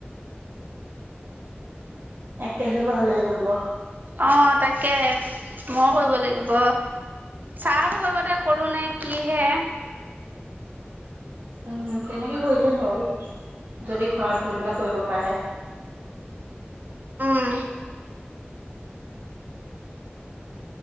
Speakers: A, on the right; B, on the right.
A: এক তাৰিখে পৰা হ'লে কৰিব।
B: অ' তাকে ময় কৰিব লাগিব। চাহতৰ লগতে কৰো নে কিহে।
A: উম তেনেকে কৰিলেই হ'ল যদি ঘৰত বহি পেলাই কৰিব পাৰে।
B: উম।